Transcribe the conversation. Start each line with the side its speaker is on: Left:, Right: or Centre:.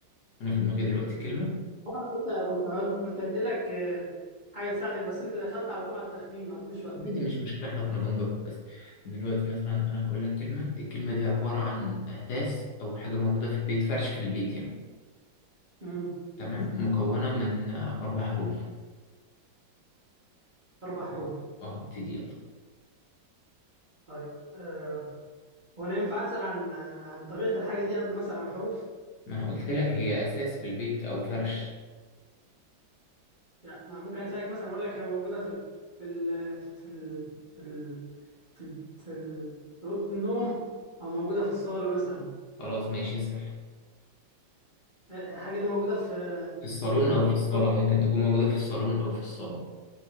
Left: انا في دماغي دلوقتي كلمه
Right: انا كنت كنت هد... كنت هديلك آه، حاجه تساعدك بس انت دخلت على طول على التخمين ما عطنيش وقت
Left: عادي مش مشكله احنا كنا بنجرب بس دلوقتي مثلا انا هقول لك كلمه الكلمه دي عباره عن اثاث او حاجه موجوده في البيت فرش في البيت يعني
Right: مم.
Left: تمام مكونه من آه، اربع حروف
Right: اربع حروف
Left: يلا. اه ابتدي يلا
Right: طيب آه، هو انا ينفع اسال عن عن عن طبيعه الحاجه دي قبل مثلا الحروف
Left: ما انا قلت لك هي اساس في البيت او فرش
Right: يعني ما أنا ممكن اسالك مثلا اقول لك هي موجوده في ال... في ال... في ال... في ال... في ال... في ال... في اوضه النوم او موجوده في الصاله مثلا
Left: خلاص ماشي اسال
Right: آه، آه، الحاجه دي موجوده في
Left: في الصالون
Right: في
Left: او في
Right: في
Left: الصاله
Right: الصاله
Left: ممكن تكون موجوده في الصالون او في الصاله